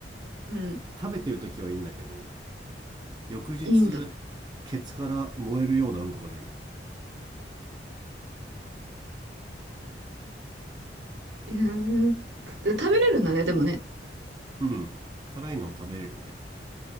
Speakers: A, on the right; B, on the right.
A: うん。
B: 食べてる時はいいんだけど翌日
A: いいんだ。
B: ケツから燃えるようなうんこが出る
A: うーん。食べれるんだね、でもね。
B: うん辛いの食べれるね